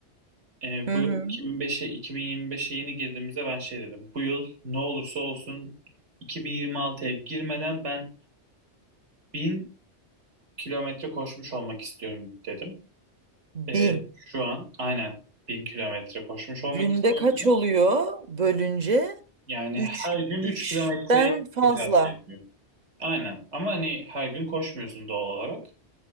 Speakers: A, on the right; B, on the right.
A: Ee,
B: Hı
A: bu
B: hı.
A: yıl 2005'e 2025'e yeni girdiğimizde ben şey dedim. Bu yıl ne olursa olsun 2026'ya girmeden ben 1000 kilometre koşmuş olmak istiyorum dedim. Ee,
B: 1000.
A: şu an aynen 1000 kilometre koşmuş
B: Günde
A: olmak istiyorum
B: kaç
A: dedim.
B: oluyor bölünce?
A: Yani
B: 3
A: her gün 3
B: 3'ten
A: kilometre
B: fazla.
A: tekabül ediyor. Aynen. Ama hani her gün koşmuyorsun doğal olarak.